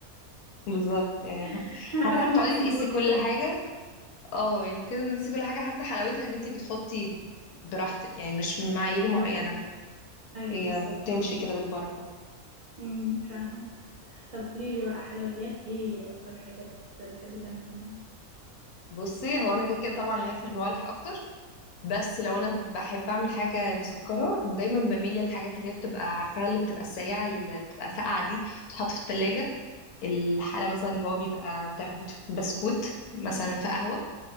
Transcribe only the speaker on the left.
<laughs> بالظبط يعني ح-
حاسه
لما تقعدي
تقيسي
كل حاجه اه يعني كده تقيسي كل حاجه حاسه حلاوتها ان انت بتحطي براحتك يعني مش معايير معينه
هي
بتمشي
كده بالبركه
بصي هو انا كده كده طبعا ليا في الموالح اكتر بس لو انا بحب اعمل حاجه مسكره دايما بميل للحاجات اللي هي بتبقى عارفاها اللي بتبقى السريعه اللي بتبقى ساقعه دي بتتحط في التلاجة الحالة مثلا اللي هو بيبقى بتاخد بسكوت مثلا في قهوة